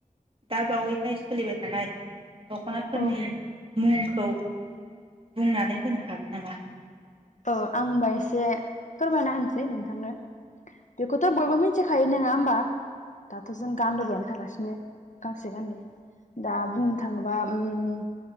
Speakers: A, on the right; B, on the left.
A: दा बावैहाय सोलिबाय थानाय दख'नाफोरनि
B: औ
A: मुंखौ बुंनानै होनो हागोन नामा?
B: औ आं होनबा एसे फोरमायना होनो सै नोंथांनो बेखौथ' बयबो मि थिखायो नङा होमबा दाथ' जों गानबोबायानो थागासिनो गांसे गाननै दा बुंनो थाङोबा उम